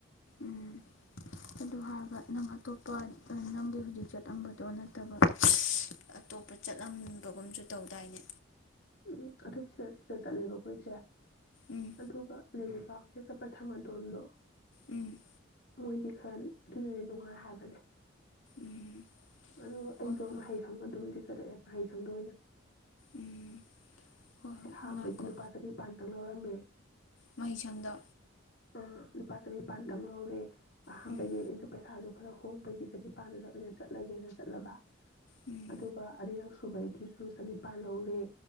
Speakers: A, on the left; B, on the left.
A: ꯎꯝ ꯑꯗꯨ ꯍꯥꯏꯒ ꯅꯪ ꯑꯇꯣꯞꯄ ꯅꯪꯒꯤ ꯍꯧꯖꯤꯛ ꯆꯠꯂꯝꯝꯕꯗꯣ ꯅꯠꯇꯕ ꯑꯇꯣꯞꯄ ꯆꯠꯂꯝꯕꯒꯨꯝꯁꯨ ꯇꯧꯗꯥꯏꯅꯦ
B: ꯎꯝ ꯑꯗꯨ ꯁꯤꯗ ꯁꯤꯗ ꯆꯠꯂꯦꯕ ꯀꯈꯣꯏꯁꯦ
A: ꯎꯝ
B: ꯑꯗꯨꯒ ꯂꯂꯤꯀ ꯆ ꯄ ꯊ ꯃ ꯇꯗ
A: ꯎꯝ
B: ꯃꯣꯏꯗꯤ ꯈꯔ ꯑꯗꯨꯅꯗꯤ ꯅꯨꯡꯉꯥꯏ ꯍꯥꯏꯕꯅꯦ
A: ꯎꯝ
B: ꯑꯗꯨ ꯑꯩꯗꯣ
A: ꯍꯣꯏ ꯍꯣꯏ
B: ꯃꯍꯩꯁꯪ ꯑꯗꯨꯝꯗꯤ ꯆꯠꯂꯛꯑꯦꯕ ꯃꯍꯩ ꯈꯪꯗꯣꯏꯅ
A: ꯎꯝ ꯍꯣꯏ ꯍꯣꯏ
B: ꯑꯍꯥꯟꯕꯩꯗꯤ
A: ꯉꯥꯏꯈꯣ
B: ꯂꯨꯄꯥ ꯆꯅꯤꯄꯥꯥꯟꯗꯪ ꯂꯧꯔꯝꯃꯦ
A: ꯃꯍꯩ ꯁꯪꯗ
B: ꯑ ꯂꯨꯄꯥ ꯆꯅꯤ ꯄꯥꯟꯗꯝꯝꯅꯧꯔꯦ ꯑꯍꯥꯟꯕ
A: ꯎꯝ
B: ꯑꯗꯨꯝ ꯄꯩꯁꯥꯁꯨ ꯈꯔ ꯍꯣꯡꯕꯒꯤ ꯆꯅꯤꯄꯥꯟꯗ ꯑꯣꯏꯅ ꯆꯠꯂꯒꯦꯅ ꯆꯠꯂꯕ
A: ꯎꯝ
B: ꯑꯗꯨꯒ ꯑꯅꯤꯔꯛꯁꯨꯕꯩ ꯑꯗꯨꯁꯨ ꯆꯅꯤꯄꯥꯜ ꯂꯧꯔꯦ